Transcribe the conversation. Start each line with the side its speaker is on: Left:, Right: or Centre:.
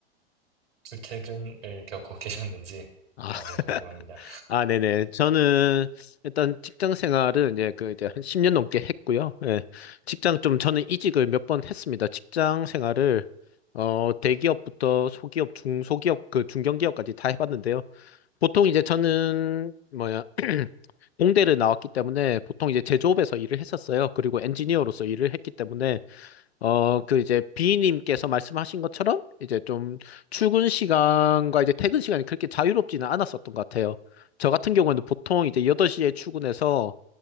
Right: 출퇴근을 겪고 <laughs> 계셨는지
Left: 아,
Right: 아, 좀
Left: <laughs>
Right: 궁금합니다.
Left: 아, 네네. 저는 일단 직장 생활은 이제 그 이제 한 10년 넘게 했고요. 예. 직장 좀 저는 이직을 몇 번 했습니다. 직장 생활을 어, 대기업부터 소기업, 중소기업, 그 중견기업까지 다 해봤는데요. 보통 이제 저는 뭐야 <clears throat> 공대를 나왔기 때문에 보통 이제 제조업에서 일을 했었어요. 그리고 엔지니어로서 일을 했기 때문에 어, 그 이제 B님께서 말씀하신 것처럼 이제 좀 출근 시간과 이제 퇴근 시간이 그렇게 자유롭지는 않았었던 것 같아요. 저 같은 경우에는 보통 이제 8시에 출근해서